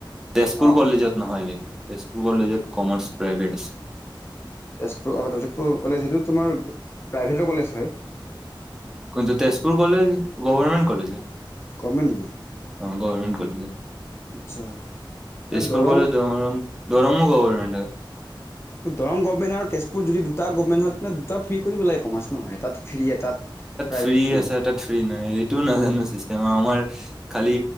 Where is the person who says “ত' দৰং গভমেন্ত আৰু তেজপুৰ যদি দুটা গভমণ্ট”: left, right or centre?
Left